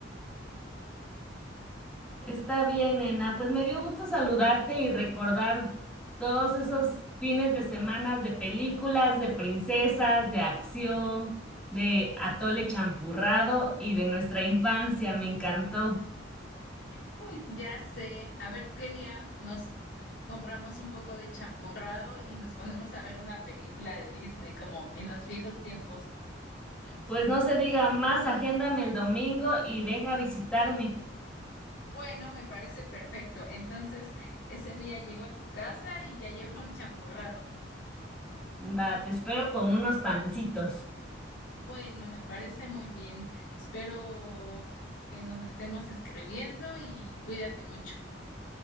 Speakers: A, in the centre; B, on the left (about 70°).
A: Está bien, nena, pues me dio gusto saludarte y recordar todos esos fines de semanas de películas, de princesas, de acción, de atole champurrado y de nuestra infancia. Me encantó.
B: <laughs> Ya sé, a ver qué día nos compramos un poco de champurrado y nos ponemos a ver una película de Disney, como en los viejos tiempos.
A: Pues no se diga más, agéndame el domingo y ven a visitarme.
B: Bueno, me parece perfecto. Entonces, ese día llego a tu casa y ya <laughs> llevo el champurrado.
A: Va, te espero con unos pancitos.
B: Bueno, me parece muy bien. Espero que nos estemos escribiendo y cuídate mucho.